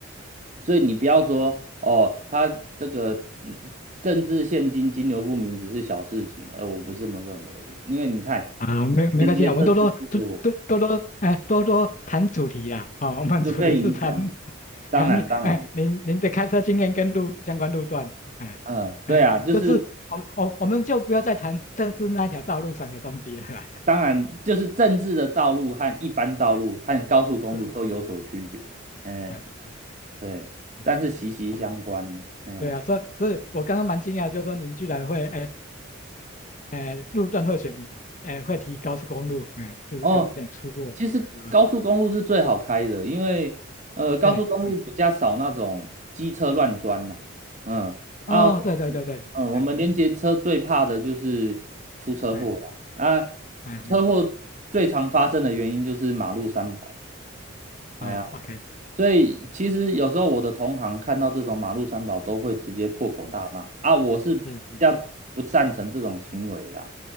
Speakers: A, on the right; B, on the left.
A: 所以你不要说哦，他这个嗯政治现金金流不明只是小事情，呃，我不这么认为，因为你看
B: <laughs> 啊没没关系啊，
A: 连接这司机的我
B: 我们多多多多多多哎多多谈主题啦哦，我们主题是谈
A: 就被影响，当然当然，
B: 谈哎您您的开车经验跟路相关路段哎哎就是我们我我们就不要再谈政治那条道路上的东西了啦。
A: 嗯、对啊，就是。
B: <laughs>
A: 当然，就是政治的道路和一般道路和高速公路都有所区别，
B: 哎是是是
A: 嗯，
B: <laughs> 哎是
A: 对，
B: 哎
A: 但是息息相关。
B: 哦
A: 哎呀，
B: 对啊，所以所以我刚刚蛮惊讶，就是说您居然会哎。呃，路段会选，呃，会提高速公路，嗯，是有点出乎我意料之外。
A: 哦，其实高速公路是最好开的，因为呃，高速公路比较少那种机车乱钻呐、
B: 对，嗯，
A: 嗯啊，
B: 哦，对对对对，
A: 嗯，我们连接车最怕的就是出车祸了啊，
B: 嗯嗯嗯嗯，
A: 车祸最常发生的原因就是马路三宝。哎呀。
B: 哦，OK，
A: 所以其实有时候我的同行看到这种马路三宝都会直接破口大骂啊，
B: 是
A: 我是比较不赞成这种行为啦，
B: 是嗯